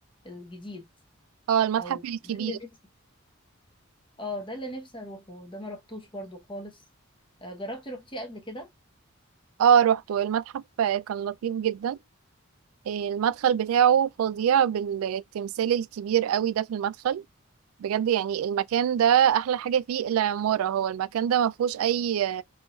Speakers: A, on the left (about 25°); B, on the right (about 80°).
A: الجديد
B: اه المتحف
A: أو
B: الكبير
A: ده اللي نفسي اه ده اللي نفسي أروحه ده ما روحتوش برضو خالص آه، جربتي روحتيه قبل كده
B: اه روحته المتحف كان لطيف جدا إيه، المدخل بتاعه فظيع بالتمثال الكبير قوي ده في المدخل بجد يعني المكان ده احلى حاجه فيه العماره هو المكان ده ما فيهوش اي